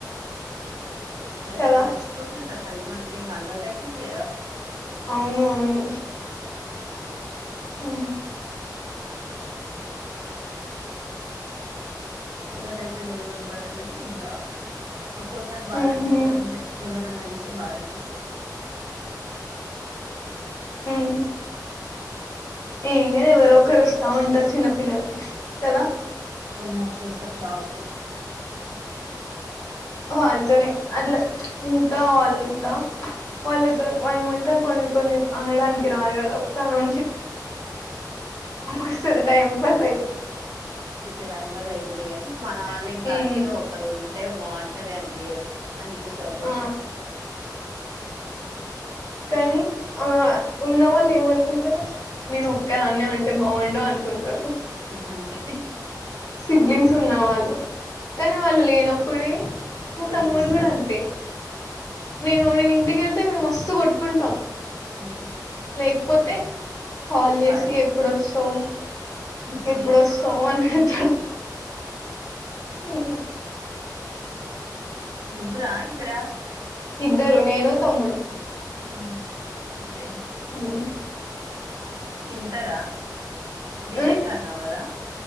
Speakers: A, on the right (about 65°); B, on the left (about 50°).
A: ఏ
B: కదా
A: గడిజిపోతుంటరు టైమ్ అట్లే ఇంగ అలవాట్ అయిపోయింది గ
B: అవును అవును హ్మ్
A: అలవాట్ అయిపోయింది ఏమనపడేదని ఇంకా ఒక్కోసారి బాధ
B: ఉమ్హు.
A: అనిపిస్తదంతే ఎవరన్నా చూస్ బాధ అనిపిస్తది
B: మ్ ఇంగ ఎవరో ఒకరు వస్తా ఉంటారు చిన్నప్ పిల్లలు కదా
A: ఔ మస్తు వస్తర్ షాప్ కి
B: వాల్తోనే అట్ల ఇంకా వాళ్ళంతా వాళ్ళతో వా ఏమంటారు కొన్ని కొన్ని అనడానికి రాదు <unintelligible> తనో వస్తుంది టైం పాస్
A: ఇచ్చే టైం పద వయిదులే ని మన వాళ్ళ
B: అవుతుంది
A: ఇంకా అంటూ ఒకరు ఉంటే బాగుంటు దే అనిపియదు అనిపిస్తది ఒక్కోసారి
B: ఆ! కానీ ఆ ఉన్నవాళ్ళు ఏమనుకుంట ర నేను ఒక్కే అాన్న ఉంటే బాగుండు అనుకుంటారు.
A: అంతే
B: సిబ్లింగ్స్ ఉన్నా వాళ్ళు కానీ వాళ్ళు లేనప్పుడే మా
A: తెలుస్తది
B: తమ్ముడు కూడా అంతే నేను నేను ఇంటికెళ్తే మేము మస్తు కొట్టుకుంటాం.
A: ఉ
B: <unintelligible> పోతే కాల్ చేసి
A: బాధ
B: ఎప్పుడొస్తావ్
A: అనిపిస్తది
B: ఎప్పుడువస్తావ్ అని అడుగుతాం. హు
A: ముగ్గురా ఇద్దర
B: ఇద్దరు నేను తమ్ముడు
A: హు ఓకే
B: హు
A: హు ఇంటార బిటెక్
B: హ్మ్.
A: అన్నావ్ గదా